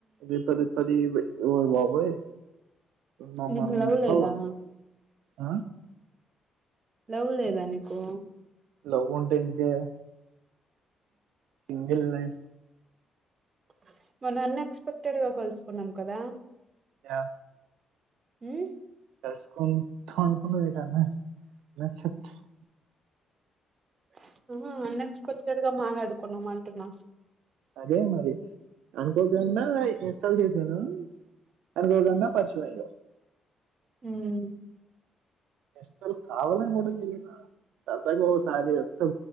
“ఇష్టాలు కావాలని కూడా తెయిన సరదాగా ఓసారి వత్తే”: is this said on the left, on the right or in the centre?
Right